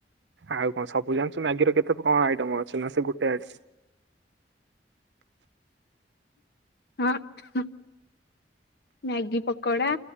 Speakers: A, on the right; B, on the left.
A: ଆଉ କଣ ସବୁ ଜାଣିଛୁ ମ୍ୟାଗିର କେତେ କଣ ଆଇଟମ ଅଛି ନା ସେ ଗୋଟେ ଆଇ?
B: ହଁ ମ୍ୟାଗି ପକୋଡା।